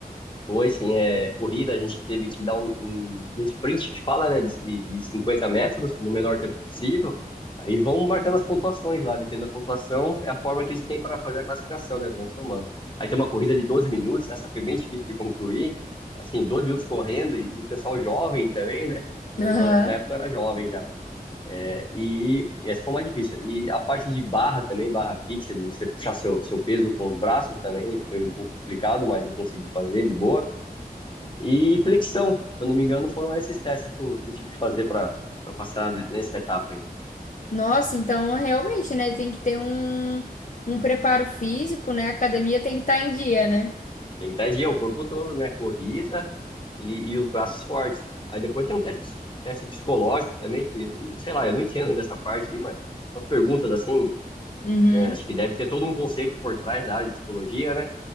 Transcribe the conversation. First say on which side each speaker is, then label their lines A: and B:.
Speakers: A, on the left; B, on the left.
A: Foi, sim, é, corrida, a gente teve que dar um, um, um sprint que fala, né, de, de 50 metros, no menor tempo possível. Aí vão marcando as pontuações lá, dependendo da pontuação, é a forma que eles têm para fazer a classificação, né, eles vão somando. Aí tem uma corrida de 12 minutos, essa foi bem difícil de concluir, assim, 12 minutos correndo, e, e o pessoal jovem também, né, eu,
B: Aham.
A: eu, na época eu era jovem já. E essa foi mais difícil. E a parte de barra também, barra fixa, de você puxar seu, seu peso com os braços também, foi um pouco complicado, mas eu consegui fazer de boa. E flexão, se eu não me engano, foram esses testes que eu, que eu tive que fazer para passar nessa etapa aí.
B: Nossa, então realmente, né? Tem que ter um, um preparo físico, né? A academia tem que estar em dia, né?
A: Tem que o corpo todo, né? Corrida e, e os braços fortes. Aí depois tem um teste, teste psicológico também, que, sei lá, eu não entendo dessa parte aí, mas as perguntas assim,
B: Uhum.
A: né? Acho que deve ter todo um conceito por trás da área de psicologia, né?